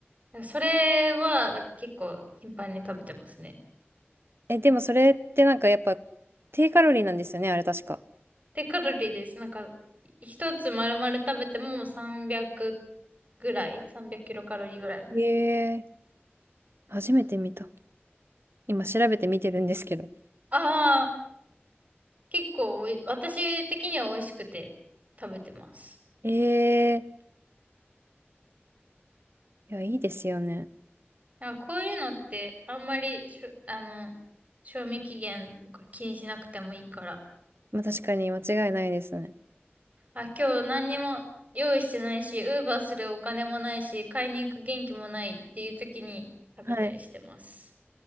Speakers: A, on the right; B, on the right.
A: それは結構頻繁に食べてますね。
B: え、でもそれってなんかやっぱ低カロリーなんですよね、あれ確か。
A: で、カロリーです。なんか、一つ丸々食べても300ぐらい ?300 キロカロリーぐらい。
B: へえ、初めて見た。今調べてみてるんですけど。
A: ああ、結構おい私的には美味しくて食べてます。
B: ええいや、いいですよね。
A: なんかこういうのってあんまりしょ、あの、賞味期限とか気にしなくてもいいから。
B: まあ、確かに間違いないですね。
A: あ、今日何にも用意してないし、ウーバーするお金もないし、買いに行く元気もないっていう時に食べたりしてます。
B: はい。